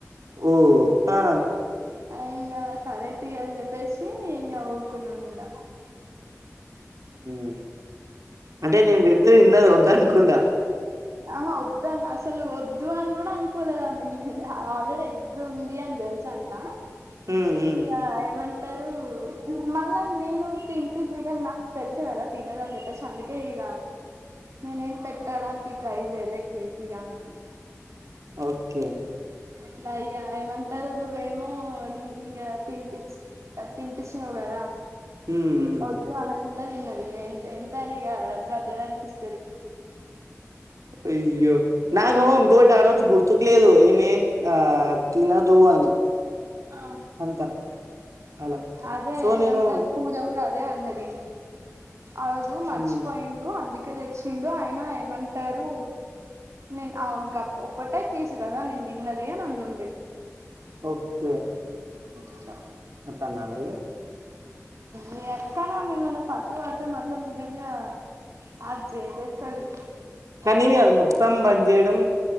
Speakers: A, on the right; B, on the right.
A: మ్మ్ హా
B: ఇంగ సరే తీ అని చెప్పేసి ఇంగ ఊరుకున్నాన్మాట
A: మ్ అంటే నేను పెడితే తిన్నది వద్దు అనకుండ
B: ఆహా వ ద్దు అసలు వద్దు అని గూడా అనుకోలేదు ఆమె ఆల్రెడీ ఎగ్గు ఉంది అని తెలుసు అంట
A: హ్మ్. హ్మ్.
B: ఇగా ఏమంటారు మ ళ్ళ నేను తిన్పిస్తే గాని నాకు తెచ్చి ఇవ్వరా తినదు అని చెప్పేసి అందుకే ఇగ నేనే ఏం పెట్టడానికి ట్రై చెయ్యలే కేక్ ఇగా అమెకి
A: ఓకే
B: అట్లా ఇగ ఏమంటారు నువ్వేమో ఇంగ తినిపిచ్చి తినిపిచ్చినావు గ ద
A: హ్మ్. హ్మ్.
B: వద్దు అనకుండ‌ తిన్నది ఇగ ఎంత ఎంత అని ఇగ బ్రదర్ అండ్ సిస్
A: అయ్యో నాకు ఇంకోటి ఆరోజు గుర్తు కులేదు ఈమె ఆ తినదు అని
B: ఆ
A: అంత అలా.
B: అదే
A: సో
B: ఏమంటమ్
A: నేను
B: పూజ కూడా అదే అ న్నది ఆ రోజు మర్చిపోయిండు
A: హ్మ్.
B: అందు కె తెచ్చిండు అయిన ఏమంటారు నేను ఆ గ ఒక్కటే పీసు కదా నేను తిన్నది అని ఉండే
A: ఓకే
B: అవ్వట్ల
A: అట్లన్నారా ఇగ?
B: మ్ ఎక్కడా మిమ్మల్ని పట్టు వాతే మాత్రం నిజంగా అది జేసేస్తాది.
A: కానీ అది మొత్తం బంద్ చేయడం